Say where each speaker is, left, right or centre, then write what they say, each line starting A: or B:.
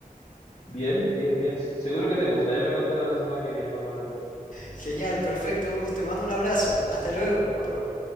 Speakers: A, on the left; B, on the left.
A: Bien, bien, bien. Seguro que te gusta. Ya me contarás la semana que viene cuando hablemos.
B: Genial, perfecto, Gus. Te mando un abrazo. Hasta luego.
A: Otro.